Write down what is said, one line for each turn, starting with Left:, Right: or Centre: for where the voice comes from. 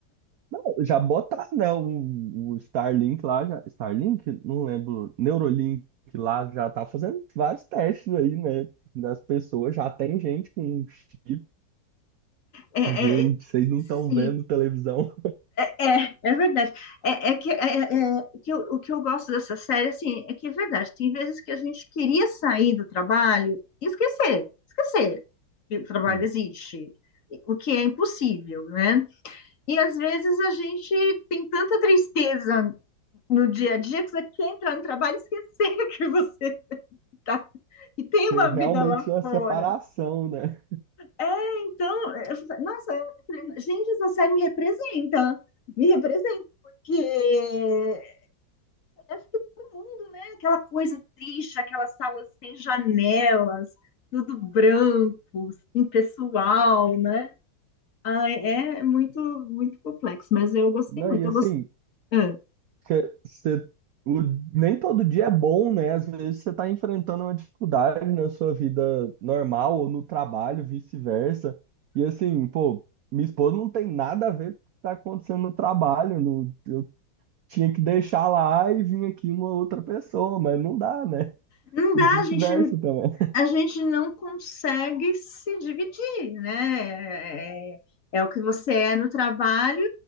Right: Não, já botar, né, o, o Starlink lá, já, Starlink? Não lembro, Neurolink lá já tá fazendo vários testes aí, né, das pessoas, já tem gente com chip,
Left: É,
Right: gente,
Left: é,
Right: vocês não estão
Left: sim,
Right: vendo televisão.
Left: É, é verdade. É, é que, é- é- é, o que eu, o que eu gosto dessa série, assim, é que é verdade. Tem vezes que a gente queria sair do trabalho e esquecer, esquecer que o trabalho
Right: Hum.
Left: existe, o que é impossível, né? E às vezes a gente tem tanta tristeza no dia a dia que você quer entrar no trabalho e esquecer <laughs> que você tá, que tem
Right: Tem
Left: uma
Right: realmente
Left: vida lá
Right: uma
Left: fora.
Right: separação, né?
Left: É, então, eu falei, nossa, eu falei, gente, essa série me representa, me representa porque acho que todo mundo, né? Aquela coisa triste, aquelas salas sem janelas, tudo branco, impessoal, né? Ah, é muito, muito complexo, mas eu gostei
Right: Não,
Left: muito.
Right: e
Left: Eu
Right: assim,
Left: gostei. É.
Right: Porque você- o- nem todo dia é bom, né? Às vezes você está enfrentando uma dificuldade na sua vida normal ou no trabalho, vice-versa. E assim, pô, minha esposa não tem nada a ver com o que está acontecendo no trabalho. não- eu tinha que deixar lá e vir aqui uma outra pessoa, mas não dá, né?
Left: Não dá,
Right: E vice-versa
Left: a gente,
Right: também. <laughs>
Left: a gente não consegue se dividir, né? É, é o que você é no trabalho,